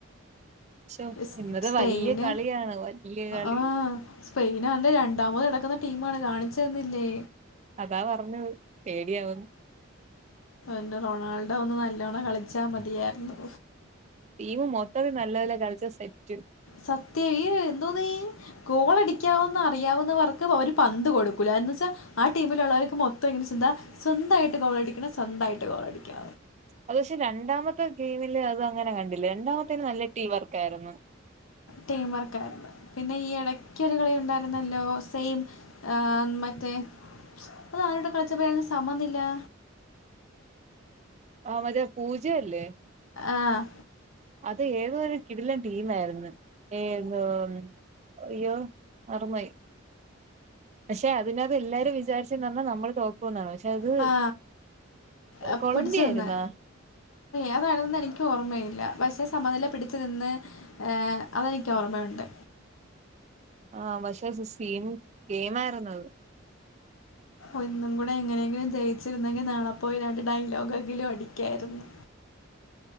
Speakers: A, on the right (about 35°); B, on the left (about 80°).
A: ശോ
B: സ് സ്
A: ഇന്നത്തെ
B: സ്പെയ്ന്
A: വല്യ കളിയാണ് വല്യ കളി
B: ആ സ്പെയിനവന്റെ രണ്ടാമത് നടക്കുന്ന ടീമാണ് കാണിച്ച് തന്നില്ലേ
A: അതാ പറഞ്ഞത് പേടിയാവ്ന്ന്
B: ന്റെ റൊണാൾഡോ ഒന്ന് നല്ലോണം കളിച്ചാ മതിയാർന്നു
A: ടീമ് മൊത്തത്തി നല്ലതല്ല കളിച്ച സെറ്റ്
B: സത്യ യ് എന്തോന്നീ കോളടിക്കാവന്ന റിയാവുന്നവർക്ക് അവര് പന്ത് കൊടുക്കൂല എന്ന് വെച്ചാ ആ ടീമിലുള്ളവർക്ക് മൊത്തം എങ്ങനെ ചിന്ത സ്വന്തായിട്ട് ഗോളടിക്കണം സ്വന്തായിട്ട് ഗോളടിക്കണ
A: അത് ഷെ രണ്ടാമത്തെ ടീമില് അതങ്ങനെ കണ്ടില്ല രണ്ടാമത്തേന് നല്ല ടീം വർക്കായിരുന്നു.
B: ടീംവർക്കാര്ന്നു പിന്നെ ഈ എടക്കൊരു കളി ണ്ടായിര്ന്നല്ലോ സെയിം ആമറ്റേ അത് ആരോട് കളിച്ചപ്പാരുന്നു സമന്നിലാ
A: അവരെ പൂജെല്ലേ
B: ആഹ്
A: അത് യേതോരു കിടിലൻ ടീമേര്ന്നു ഏതോ അയ്യോ മറന്നോയി പഷെ അതിനത്ത് എല്ലാരും വിചാരിച്ചു ന്നാ നമ്മൾ തോ ന്നാ പഷെ അത്
B: ആ ആ അഹ്
A: കൊളമ്പി
B: പിടിച്ചു
A: യേര്ന്നോ?
B: നിന്ന് ഏതാണെന്ന് എനിക്ക് ഓർമ്മയില്ല പക്ഷെ സമനില പിടിച്ചു നിന്ന് ഏ അതെനിക്കോർമ്മയുണ്ട്.
A: ആ പഷെത് സീൻ സീനിയിരുന്നത്
B: ഒന്നും കൂടെ എങ്ങനെങ്കിലും ജയിച്ചിരുന്നെങ്കി നാളെപ്പോയി രണ്ട് ഡയലോഗെങ്കിലും അടിക്കായിരുന്നു.